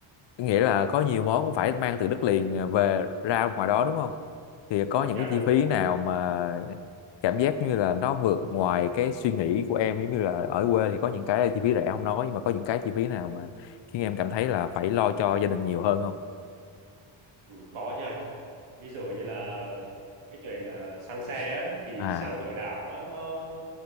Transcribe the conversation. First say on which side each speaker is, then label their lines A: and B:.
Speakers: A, on the left; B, on the right.
A: nghĩa là có nhiều món cũng phải mang từ đất liền à, về ra ngoài đó đúng không thì có những
B: dạ
A: cái
B: đúng
A: chi phí nào mà cảm giác như là nó vượt ngoài cái suy nghĩ của em giống như là ở quê thì có những cái chi phí rẻ không nói nhưng mà có những cái chi phí nào mà khiến em cảm thấy là phải lo cho gia đình nhiều hơn không
B: ừ, có chứ anh ví dụ như là cái chuyện à, xăng xe á, thì
A: à
B: xăng ở đảo á, nó